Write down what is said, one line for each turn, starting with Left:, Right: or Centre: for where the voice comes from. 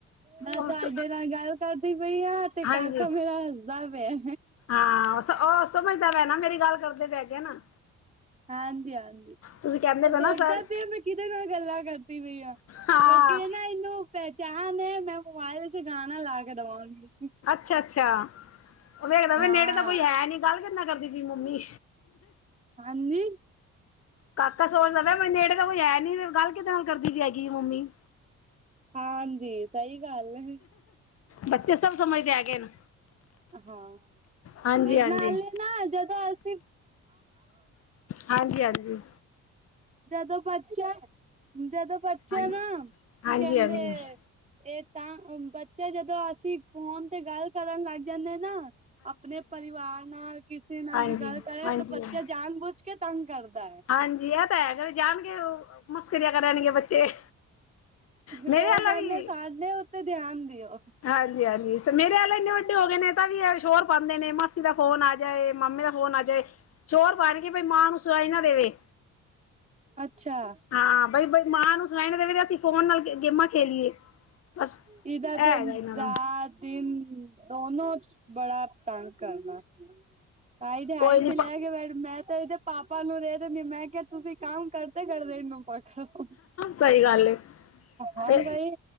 Right: ਨਾ
Left: ਉਸ
Right: ਤੁਹਾਡੇ ਨਾਲ ਗੱਲ ਕਰਦੀ ਪਈ ਆ ਤੇ
Left: ਹਾਂਜੀ
Right: ਕਾਕਾ ਮੇਰਾ ਹੱਸਦਾ ਪਿਆ
Left: ਹਾਂ ਉਹ ਸਮਝਦਾ ਪੈਆ ਨਾ ਮੇਰੀ ਗੱਲ ਕਰਦੇ ਪੈ ਹੈਗੇ ਨੇ
Right: ਹਾਂਜੀ ਹਾਂਜੀ
Left: ਤੁਸੀਂ ਕਹਿੰਦੇ
Right: ਉਹ
Left: ਪਏ
Right: ਵੇਖਦਾ
Left: ਨਾ ਸਰ
Right: ਪੇਆ ਮੈਂ ਕਿਹਦੇ ਨਾਲ ਗੱਲਾਂ ਕਰਦੀ ਪਈ ਆ
Left: ਹਾਂ
Right: ਕਿਉਂਕਿ ਇਹ ਨਾ ਇਹਨੂੰ ਪਹਿਚਾਣ ਏ ਮੈਂ ਮੋਬਾਇਲ ਚ ਗਾਨਾ ਲਾ ਕੇ ਦਵਾੰਗੀ
Left: ਅੱਛਾ ਅੱਛਾ ਉਹ ਵੇਖਦਾ ਪੇਆ
Right: ਹਾਂ
Left: ਨੇੜੇ ਤਾਂ ਕੋਈ ਹੈ ਨੀ ਗੱਲ ਕਿੱਦੇ ਨਾਲ ਕਰਦੀ ਪਈ ਏ ਮੰਮੀ
Right: ਹਾਂਜੀ
Left: ਕਾਕਾ ਸੋਚਦਾ ਪੇਆ ਬਈ ਨੇੜੇ ਤਾਂ ਕੋਈ ਹੈ ਨੀ ਗੱਲ ਫੇਰ ਕਿੱਦੇ ਨਾਲ ਕਰਦੀ ਵੀ ਹੈਗੀ ਏ ਮੰਮੀ
Right: ਹਾਂਜੀ ਸਹੀ ਗੱਲ ਏ
Left: ਬੱਚੇ ਸਭ ਸਮਝਦੇ ਹੈਗੇ ਨੇ
Right: ਹਾਂ
Left: ਹਾਂਜੀ
Right: ਫਿਰ
Left: ਹਾਂਜੀ
Right: ਨਾ ਨਾਲੇ ਨਾ ਜਦੋਂ ਅਸੀਂ
Left: ਹਾਂਜੀ ਹਾਂਜੀ
Right: ਜਦੋਂ ਪਰਚਾ ਜਦੋਂ ਪਰਚਾ
Left: ਹਾਂਜੀ
Right: ਨਾ ਕੀ
Left: ਹਾਂਜੀ
Right: ਕਹਿੰਦੇ
Left: ਹਾਂਜੀ ਹਾਂਜੀ ਹਾਂਜੀ
Right: ਇਹ ਤਾਂ ਬੱਚੇ ਜਦੋਂ ਅਸੀਂ ਫੋਨ ਤੇ ਗੱਲ ਕਰਨ ਲੱਗ ਜਾਂਨੇ ਆ ਨਾ ਆਪਣੇ ਪਰਿਵਾਰ ਨਾਲ ਕਿਸੇ ਨਾਲ
Left: ਹਾਂਜੀ
Right: ਵੀ ਗੱਲ ਕਰੇ
Left: ਹਾਂਜੀ
Right: ਤਾਂ ਬੱਚੇ
Left: ਹਾਂਜੀ
Right: ਜਾਣ ਬੁਝ ਕੇ ਤੰਗ ਕਰਦਾ ਏ
Left: ਹਾਂਜੀ ਇਹ ਤਾਂ ਹੈਗਾ ਜਾਨ ਕੇ ਮਸ਼ਕਰੀਆਂ ਕਰਨਣਗੇ ਬੱਚੇ- ਮੇਰੇ
Right: ਉਹ
Left: ਵਾਲਾ
Right: ਕਹਿੰਦੇ
Left: ਵੀ
Right: ਸਾਡੇ ਉੱਤੇ ਧਿਆਨ ਦਿਓ
Left: ਹਾਂਜੀ ਹਾਂਜੀ ਮੇਰੇ ਆਲੇ ਇੰਨੇ ਵੱਡੇ ਹੋ ਗਏ ਨੇ ਤਾਂ ਵੀ ਇਹ ਸ਼ੋਰ ਪਾੰਦੇ ਨੇ ਮਾਸੀ ਦਾ ਫੋਨ ਆ ਜਾਏ ਮਾਮੇ ਦਾ ਫੋਨ ਆ ਜਾਏ ਫਿਰ ਸ਼ੋਰ ਪਾਨਗੇ ਬਾਈ ਮਾਂ ਨੂੰ ਸੁਨਾਈ ਨਾ ਦੇਵੇ
Right: ਅੱਛਾ
Left: ਹਾਂ ਬਈ ਮਾਂ ਨੂੰ ਸੁਨਾਈ ਨਾ ਦੇਵੇ ਅਸੀਂ ਫੋਨ ਨਾਲ ਗੇਮਾਂ ਖੇਲੀਏ ਬਸ
Right: ਇਹਦਾ
Left: ਇਹ ਹੈਗਾ
Right: ਤੇ
Left: ਇਹਨਾਂ
Right: ਰਾਤ
Left: ਦਾ
Right: ਦਿਨ ਦੋਨੋ ਬੜਾ ਤੰਗ ਕਰਨਾ ਤਾਂਈ ਦਿਹਾੜੀ
Left: ਕੋਈ ਨੀ
Right: ਚ ਲੈ ਕੇ ਬੈਠ ਮੈਂ ਤਾਂ ਇਹਦੇ ਪਾਪਾ ਨੂੰ ਦੇ ਦਿੰਨੀ ਮੈਂ ਕਿਹਾ ਤੁਸੀਂ ਕੰਮ ਕਰਦੇ-ਕਰਦੇ ਇਹਨੂੰ ਪੱਕੜ ਲੋ
Left: ਸਹੀ ਗੱਲ ਏ
Right: ਹਣ
Left: ਤੇ
Right: ਬਾਈ